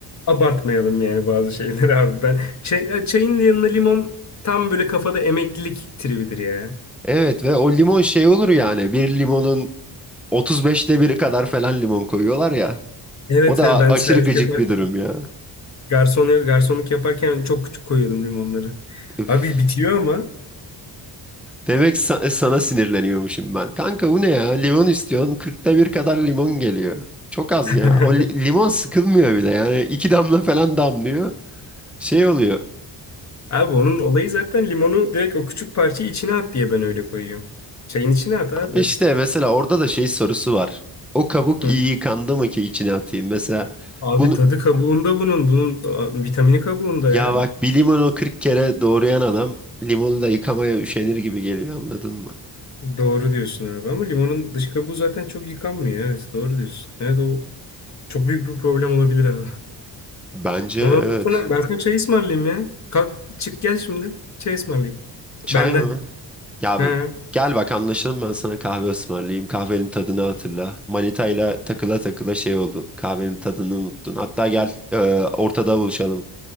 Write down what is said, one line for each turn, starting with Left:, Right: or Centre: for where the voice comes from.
Left: abartmayalım yani bazı şeyleri abi. Ben çay- ya çayın yanına limon tam böyle kafada emeklilik tribidir ya.
Centre: Evet ve o limon şey olur yani. Bir limonun 35'te biri kadar falan limon koyuyorlar ya.
Left: Evet
Centre: O da
Left: ha
Centre: a-
Left: ben
Centre: aşırı
Left: <laughs> servis
Centre: gıcık
Left: yaparken
Centre: bir durum ya.
Left: garson garsonluk yaparken çok küçük koyuyordum limonları.
Centre: Üf.
Left: Abi bitiyor ama.
Centre: Demek sa- sana sinirleniyormuşum ben. Kanka bu ne ya? Limon istiyorsun. 40'ta bir kadar limon geliyor. Çok az
Left: <laughs>
Centre: ya. O li- limon sıkılmıyor bile yani. iki damla falan damlıyor. Şey oluyor.
Left: Abi onun olayı zaten limonu direkt o küçük parçayı içine at diye ben öyle koyuyorum. Çayın içine at abi.
Centre: Ama İşte mesela orada da şey sorusu var. O kabuk
Left: Hı.
Centre: iyi yıkandı mı ki içine atayım? Mesela
Left: Abi
Centre: bunu
Left: tadı kabuğunda bunun. Bunun da- vitamini kabuğunda ya.
Centre: ya bak bir limonu 40 kere doğrayan adam limonu da yıkamaya üşenir gibi geliyor anladın mı?
Left: Doğru diyorsun abi ama limonun dış kabuğu zaten çok yıkanmıyor. Evet doğru diyorsun. Evet o çok büyük bir problem olabilir abi.
Centre: Bence
Left: Ama
Centre: evet.
Left: ben sana, ben sana çay ısmarlayayım ya. Kalk çık gel şimdi. Çay ısmarlayayım.
Centre: Çay
Left: Benden.
Centre: mı? Ya
Left: He,
Centre: bu- gel bak anlaşalım ben sana kahve ısmarlayayım. Kahvenin tadını hatırla. Manitayla takıla takıla şey oldun. Kahvenin tadını unuttun. Hatta gel e, ortada buluşalım.